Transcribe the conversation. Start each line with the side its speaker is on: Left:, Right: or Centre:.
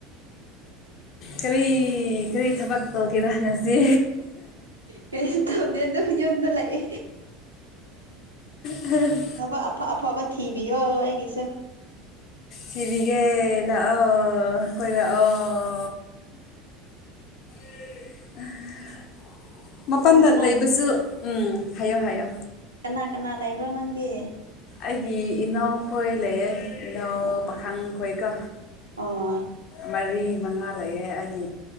Left: ꯀꯔꯤ ꯀꯔꯤ ꯊꯕꯛ ꯇꯧꯒꯦꯔꯥ ꯉꯁꯤ
Right: ꯀꯩꯁꯨ ꯇꯧꯗꯦ ꯑ ꯑꯗꯨ ꯌꯣꯟꯕ ꯂꯥꯛꯑꯦ
Left: ꯎꯝ
Right: ꯊꯕꯛ ꯑꯐ ꯑꯐꯕ ꯊꯤꯕꯤꯌꯣ ꯑꯩꯒꯤꯁꯨ
Left: ꯐꯔꯤꯒ ꯂꯥꯛꯑꯣ ꯀꯣꯏ ꯂꯥꯛꯑꯣ <inaudible> ꯃꯄꯥꯟꯗ
Right: ꯀꯅꯥ
Left: ꯂꯩꯕꯁꯨ ꯎꯝ ꯍꯥꯏꯌꯣ ꯍꯥꯏꯌꯣ
Right: ꯀꯅꯥ ꯀꯅꯥ ꯂꯩꯕ꯭ꯔꯣ ꯅꯪꯒꯤ
Left: ꯑꯩꯒꯤ ꯏꯅꯥꯎꯈꯣꯏ ꯂꯩꯌꯦ ꯏꯅꯥꯎ
Right: ꯑꯣ
Left: ꯄꯥꯈꯪ ꯈꯣꯏꯀ
Right: ꯑꯣ
Left: ꯃꯔꯤ ꯃꯉꯥ ꯂꯩꯑꯦ ꯑꯩꯒꯤ